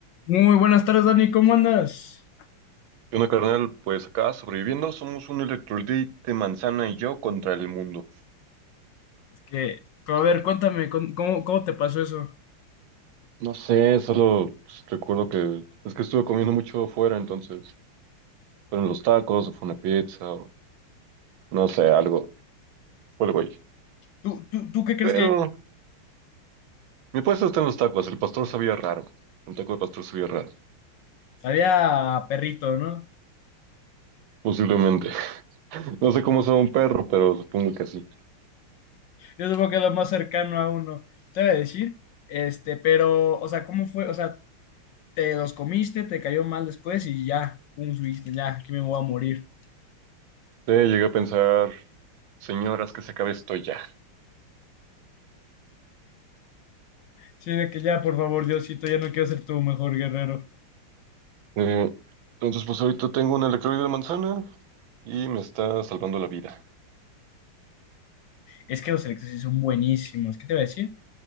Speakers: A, on the left (about 70°); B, on the right (about 70°).
A: Muy buenas tardes, Dani, ¿cómo andas?
B: ¿Qué onda, carnal? Pues acá sobreviviendo, somos un electrolit manzana y yo contra el mundo.
A: Es que, pero a ver, cuéntame, con- ¿cómo, cómo te pasó eso?
B: No sé, solo pues, recuerdo que es que estuve comiendo mucho fuera, entonces fueron los tacos, o fue una pizza, o no sé, algo, fue el güey.
A: ¿Tú, tú, tú qué crees
B: Pero
A: que
B: mi puesto está en los tacos, el pastor sabía raro, un taco de pastor sabía raro,
A: había Había perrito, ¿no?
B: posiblemente. <laughs> No sé cómo sabe un perro, pero supongo que sí.
A: Yo supongo que es lo más cercano a uno, te voy a decir, este, pero, o sea, ¿cómo fue? O sea, ¿te los comiste, te cayó mal después y ya, un subiste, ya, aquí me voy a morir?
B: Eh, llegué a pensar, señoras, que se acabe esto ya.
A: Sí, de que ya, por favor, Diosito, ya no quiero ser tu mejor guerrero.
B: Eh, entonces, pues ahorita tengo un electrolit de manzana y me está salvando la vida.
A: Es que los electros sí son buenísimos, ¿qué te voy a decir?